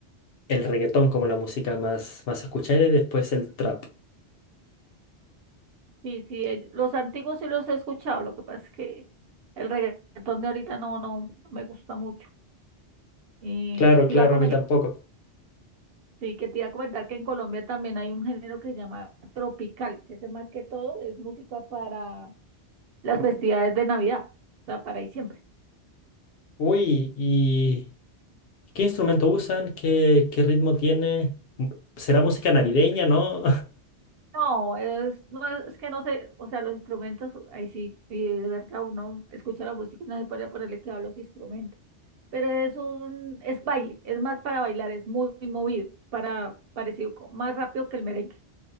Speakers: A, on the left; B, on the right.
A: el reggaetón como la música más, más escuchada y después el trap.
B: Sí, sí, ell- los antiguos sí los he escuchado, lo que pasa es que el reggaetón de ahorita no, no, no me gusta mucho. Y
A: Claro,
B: te
A: claro,
B: iba a Cla- comentar,
A: a mí tampoco.
B: Claro. sí, que te iba a comentar que en Colombia también hay un género que se llama tropical, que es más que todo es música para las festividades de Navidad, o sea, para diciembre.
A: Uy, ¿y qué instrumento usan? ¿Qué, qué ritmo tiene? M- ¿Será música navideña, no?
B: No, es, no, es que no sé, o sea, los instrumentos, ahí sí, y de verdad uno escucha la música y no se puede ponerle cuidado a los instrumentos, pero es un, es baile, es más para bailar, es muy, muy movido, para, parecido, co- más rápido que el merengue,